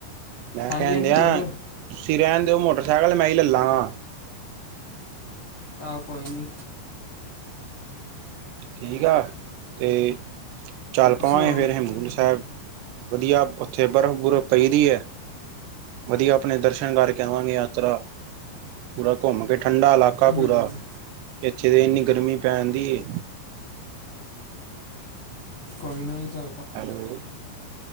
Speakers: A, on the right; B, on the left.
A: ਮੈਂ
B: ਹਾਂਜੀ
A: ਕੋਣ
B: ਹਾਂਜੀ
A: ਦੇਆ
B: ਬੋਲੋ
A: ਤੁਸੀਂ ਰੈਣ ਦੇਓ ਮੋਟਰਸਾਈਕਲ ਮੈਂ ਈ ਲੈਲਾਗਾ।
B: ਤਾਂ ਕੋਈ ਨੀ।
A: ਠੀਕ ਆ ਤੇ, ਚੱਲ ਪਵਾਂਗੇ
B: ਸੁਣਾਓ
A: ਫੇਰ ਹੇਮਕੁਟ ਸਾਹੀਬ। ਵਦੀਆ ਓਥੇ ਬਰਫ ਬੁਰਫ ਪਈ ਦੀ ਐ। ਵਦੀਆ ਆਪਣੇ ਦਰਸ਼ਨ ਕਰਕੇ ਆਵਾਂਗੇ ਯਾਤਰਾ, ਪੂਰਾ ਘੁੰਮ ਕੇ ਠੰਡਾ ਈ ਲਾਕਾ ਪੂਰਾ,
B: ਹੂੰ
A: ਏਥੇ ਤੇ ਏਨੀ ਗਰਮੀ ਪੈਨ ਦੀ ਏ।
B: ਕੋਈ ਨੀ ਚਾ
A: ਹੈਲੋ।